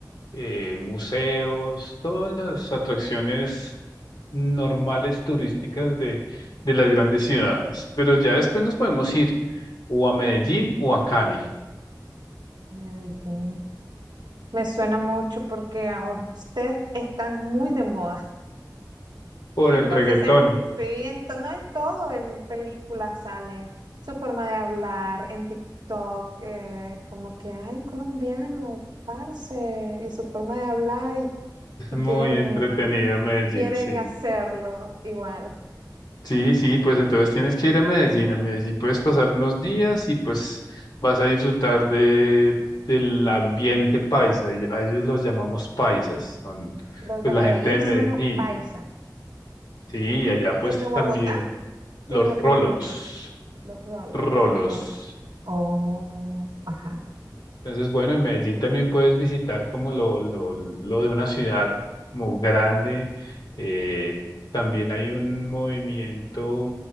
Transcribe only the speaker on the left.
eh, museos, todas las atracciones normales turísticas de, de las grandes ciudades. Pero ya después nos podemos ir o a Medellín o a Cali
por
el reggaetón.
Es
muy
entretenido Medellín,
sí.
Sí, sí, pues entonces tienes que ir a Medellín. A Medellín puedes pasar unos días y pues vas a disfrutar de, del ambiente paisa. y A ellos los llamamos paisas, son
pues
la
gente de Medellín.
Sí, y allá
pues
también
los
rolos,
rolos.
Entonces, bueno, en Medellín también puedes visitar como lo, lo, lo de una ciudad como grande. Eh, también hay un movimiento